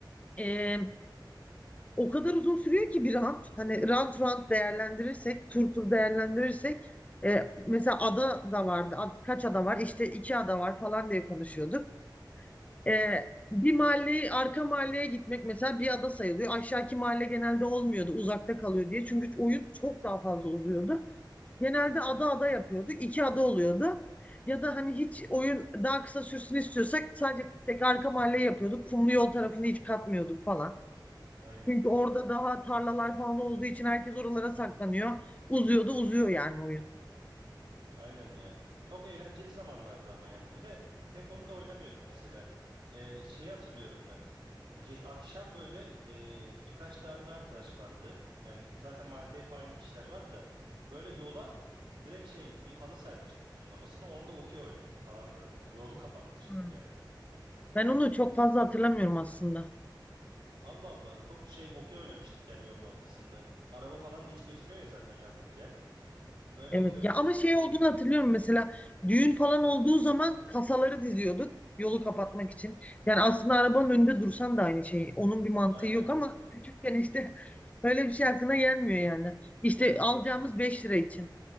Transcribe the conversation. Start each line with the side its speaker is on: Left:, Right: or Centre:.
Left: e, o kadar uzun sürüyor ki bir rant. Hani rant rant değerlendirirsek, tur tur değerlendirirsek e,
Right: Evet.
Left: mesela ada da vardı. Ad- kaç ada var? İşte iki ada var falan diye konuşuyorduk. E, bir mahalleyi arka mahalleye gitmek mesela bir ada sayılıyor. Aşağıki mahalle genelde olmuyordu. Uzakta kalıyor diye. Çünkü oyun çok daha fazla uzuyordu. Genelde ada ada yapıyorduk. İki ada oluyordu. Ya da hani hiç oyun daha kısa sürsün istiyorsak sadece tek arka mahalle yapıyorduk. Kumlu yol tarafını hiç katmıyorduk falan.
Right: Aynen.
Left: Çünkü orada daha tarlalar falan olduğu için herkes oralara saklanıyor. Uzuyor da uzuyor yani oyun.
Right: Aynen ya. Çok eğlenceli zamanlardı ama yani. Bir de tek onu da oynamıyorduk mesela. Ee, şeyi hatırlıyorum ben. Ge- akşam böyle e, birkaç tane de arkadaş vardı. Yani zaten mahallede hep aynı kişiler var da. Böyle yola direkt şey bir halı sermiştik uzunlamasına. Onu da okey oynuyorduk falan böyle yani. Yolu kapatmıştık
Left: Hmm.
Right: yani.
Left: Ben onu çok fazla hatırlamıyorum aslında.
Right: Allah Allah çok şey okey oynamıştık yani yolun ortasında. Araba falan da hiç geçmiyor ya zaten yazlık yer. Öyle
Left: Evet
Right: okey oynamıştık.
Left: ya ama şey olduğunu hatırlıyorum mesela düğün falan olduğu zaman kasaları diziyorduk yolu kapatmak için. Yani aslında arabanın önünde dursan da aynı şey. Onun bir mantığı
Right: Aynen.
Left: yok ama küçükken işte <laughs> öyle bir şey aklına gelmiyor yani. İşte alacağımız 5 lira için.